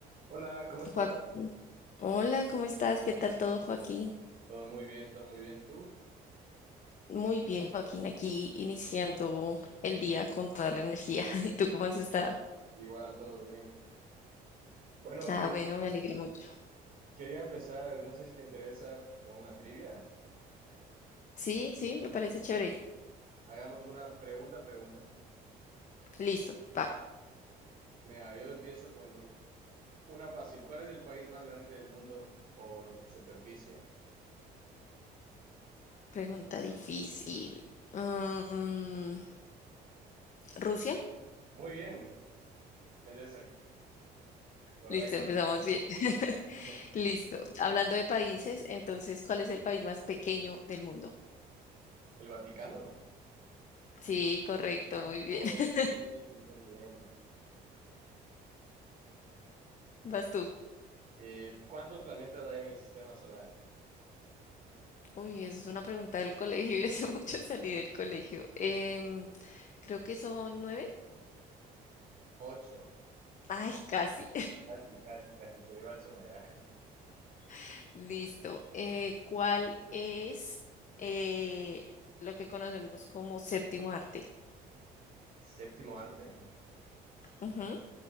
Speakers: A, on the right; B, on the left.
A: Hola, ¿cómo estás?
B: Joaquín. Hola, ¿cómo estás? ¿Qué tal todo, Joaquín?
A: Todo muy bien, todo muy bien. ¿Tú?
B: Muy bien, Joaquín, aquí iniciando el día con toda la energía. <laughs> ¿Y tú cómo has estado?
A: Igual, todo bien. Bueno,
B: Ah,
A: que-
B: bueno, me alegré mucho.
A: quería empezar, no sé si te interesa, con una trivia.
B: Sí, sí, me parece chévere.
A: Hagamos una pregunta a pregunta.
B: Listo, va.
A: Mira, yo empiezo con una fácil. ¿Cuál es el país más grande del mundo por superficie?
B: Pregunta difícil. Mm, ¿Rusia?
A: Muy bien, es esa, correcto.
B: Listo, empezamos bien. <laughs>
A: <laughs>
B: Listo. Hablando de países, entonces, ¿cuál es el país más pequeño del mundo?
A: ¿El Vaticano?
B: Sí, correcto,
A: Ah,
B: muy bien. <laughs>
A: muy bien, muy bien.
B: Vas tú.
A: Eh, ¿cuántos planetas hay en el sistema solar?
B: Uy, esa es una pregunta del colegio <laughs> y hace mucho salí del colegio. Em, Creo que son nueve.
A: Ocho.
B: Ay, casi.
A: Casi, casi, casi, pero igual suma ya.
B: <laughs> Listo. Eh, ¿cuál es eh, lo que conocemos como séptimo arte?
A: <laughs> ¿Séptimo arte?
B: Ujú.